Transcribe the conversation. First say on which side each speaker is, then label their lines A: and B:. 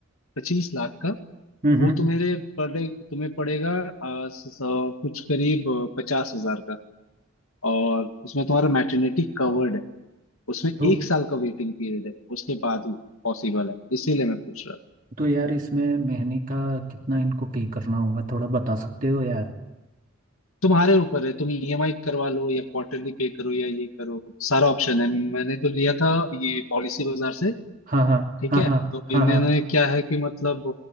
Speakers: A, on the left; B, on the right.
A: पच्चीस लाख का
B: हम्म
A: वो
B: हम्म,
A: तुम्हारे पड़े तुम्हें पड़ेगा आ, स, स, कुछ करीब पचास हजार का और उसमें तुम्हारा मैटरनिटी कवर्ड है उसमें
B: तो
A: एक साल का वेटिंग पीरियड है उसके बाद ही पॉसिबल है इसीलिए मैं पूछ रहा था
B: तो यार इसमें महीने का कितना इनको पे करना होगा थोड़ा बता सकते हो यार
A: तुम्हारे ऊपर है तुम ईएमआई करवा लो या क्वार्टरली पे करो या ये करो सारा ऑप्शन है मैंने तो लिया था ये पॉलिसी बाजार से
B: हाँ हाँ
A: ठीक
B: हाँ
A: है
B: हाँ
A: तो
B: हाँ
A: इन्होंने
B: हाँ
A: क्या है कि मतलब